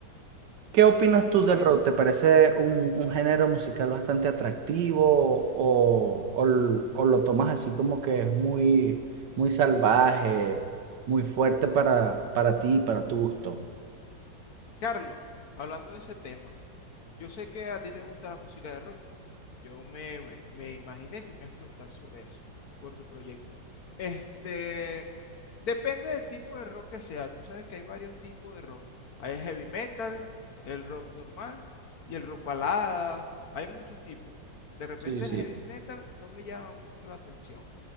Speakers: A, on the right; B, on the left.
A: ¿qué opinas tú del rock? ¿Te parece un, un género musical bastante atractivo o, o l- o lo tomas así como que es muy, muy salvaje, muy fuerte para, para ti, para tu gusto?
B: Carlos, hablando de ese tema, yo sé que a ti te gusta la música de rock. Yo me, me- me imaginé que me ibas a preguntar sobre eso, por tu proyecto. Este, depende del tipo de rock que sea. Tú sabes que hay varios tipos de rock. Hay el heavy metal, el rock normal y el rock balada. Hay muchos tipos. De repente
A: Sí,
B: el
A: sí.
B: heavy metal no me llama mucho la atención